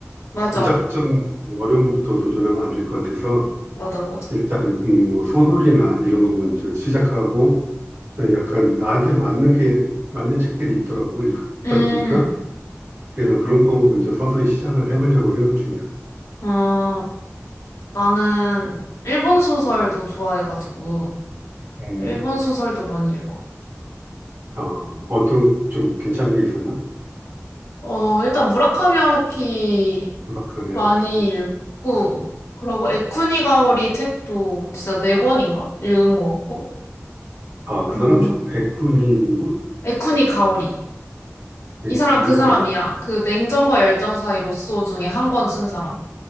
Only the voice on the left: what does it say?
맞아.
맞아, 맞아.
음,
아, 나는 일본 소설도 좋아해가지고,
일본 소설도 많이 읽어.
어, 일단 무라카미 하루키
많이
읽고, 그러고 에쿠니 가오리 책도 진짜 네 권인가? 읽은 것 같고.
어,
에쿠니 가오리. 이
사람 그 사람이야.
그 냉정과 열정 사이 로쏘 중에 한 권 쓴 사람.